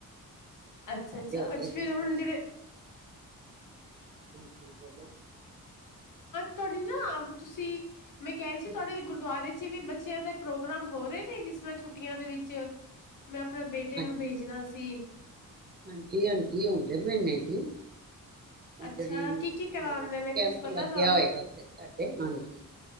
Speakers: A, on the left; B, on the right.
A: ਅੱਛਾ
B: ਪਹਿਲੇ
A: ਅੱਛਾ
B: ਹੋ
A: ਅੱਜ
B: ਗਏ
A: ਫੇਰ
B: ਸੀ
A: ਹੁਣ
B: ਟੈਸਟ
A: ਜਿਹੜੇ।
B: <inaudible> <inaudible>
A: ਤੁਹਾਡੀ ਨਾ ਤੁਸੀਂ ਮੈਂ ਕਹਿ ਰਹੀ ਸੀ ਤੁਹਾਡੇ ਗੁਰਦਆਰੇ ਚ ਵੀ ਬੱਚਿਆਂ ਦੇ ਪ੍ਰੋਗਰਾਮ ਹੋ ਰਹੇ ਨੇ ਜਿਸ ਨਾਲ ਛੁੱਟੀਆਂ ਦੇ ਵਿੱਚ ਮੈਂ ਆਪਣੇ ਬੇਟੇ
B: ਹਾਂਜੀ
A: ਨੂੰ ਭੇਜਣਾ ਸੀ।
B: ਹਾਂਜੀ, ਹਾਂਜੀ ਹੁੰਦੇ ਪਏ ਨੇ ਜੀ। ਉਹ
A: ਅੱਛਾ
B: ਜਿਹੜੀ
A: ਕੀ ਕੀ ਕਰਾਉਂਦੇ
B: ਹਾਂ,
A: ਨੇ
B: ਕੈਂਪ
A: ਕੁੱਛ ਪਤਾ
B: ਲੱਗਿਆ
A: ਤੁਹਾਨੂੰ
B: ਹੋਇਆ ਉੱਥੇ ਸਾਡੇ, ਹਾਂਜੀ